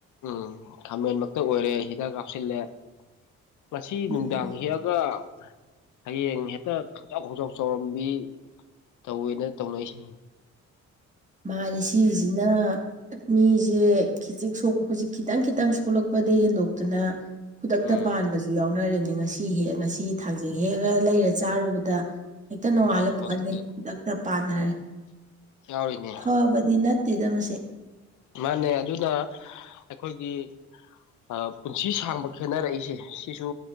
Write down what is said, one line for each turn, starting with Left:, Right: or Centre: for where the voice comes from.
Left: ꯎꯝ ꯈꯥꯃꯦꯟ ꯃꯛꯇ ꯑꯣꯏꯔꯦ ꯍꯤꯗꯥꯛ ꯀꯥꯞꯁꯤꯜꯂꯦ ꯉꯁꯤ
Right: ꯎꯝ
Left: ꯅꯨꯡꯗꯥꯡ ꯍꯦꯛꯑꯒ ꯍꯌꯦꯡ ꯍꯦꯛꯇ ꯈꯣꯡꯆꯥꯎ ꯈꯣꯡꯆꯥꯎ ꯆꯥꯎꯔꯝꯕꯤ ꯇꯧꯋꯦꯅ ꯇꯧꯅꯔꯤꯁꯤ
Right: ꯃꯥꯅꯦ ꯁꯤꯁꯤꯅ ꯃꯤꯁꯦ
Left: ꯎꯝ
Right: ꯈꯤꯖꯤꯛ ꯁꯣꯛꯄ ꯍꯧꯖꯤꯛ ꯈꯤꯇꯪ ꯈꯤꯇꯪ ꯁꯣꯛꯂꯛꯄꯗꯒꯤ ꯍꯦꯟꯗꯣꯛꯇꯅ ꯈꯨꯗꯛꯇ
Left: ꯎꯝ
Right: ꯄꯥꯟꯕꯁꯨ ꯌꯥꯎꯅꯔꯅꯦ ꯉꯁꯤ ꯍꯦꯛ ꯉꯁꯤ ꯊꯥꯡꯖꯤꯡ ꯍꯦꯛꯑꯒ ꯂꯩꯔ ꯆꯥꯔꯨꯕꯗ ꯍꯦꯛꯇ ꯅꯣꯡꯉꯥꯜꯂ
Left: ꯃꯥꯅꯦ
Right: ꯄꯨꯈꯠꯅꯩ
Left: ꯍꯣꯁꯄꯤꯇꯥꯜ
Right: ꯈꯨꯗꯛꯇ ꯄꯥꯟꯅꯔꯦ
Left: ꯌꯥꯎꯔꯤꯅꯦ
Right: ꯐꯕꯗꯤ ꯅꯠꯇꯦꯗ ꯃꯁꯦ
Left: ꯃꯥꯅꯦ ꯑꯗꯨꯅ ꯑꯩꯈꯣꯏꯒꯤ ꯑꯥ ꯄꯨꯟꯁꯤ ꯁꯥꯡꯕ ꯈꯦꯠꯅꯔꯛꯏꯁꯦ ꯁꯤꯁꯨ